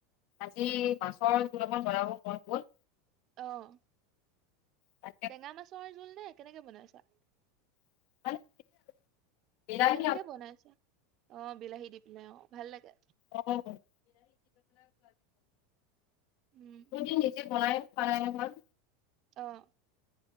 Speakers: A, on the left (about 60°); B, on the right (about 45°).
A: আজি মাছৰ চলপমান বনাব মন গল।
B: অহ',
A: তাকে
B: টেঙা মাছৰ জোল নে কেনেকে বনাইছা?
A: <inaudible> বিলাহী
B: কেনেকে বনাইছে? অ ', বিলাহী দি পিনে অ', ভাল লাগে।
A: অ', <unintelligible>
B: উম
A: দুদিন নিজে বনাই। খোৱা নাই নহয়।
B: অ',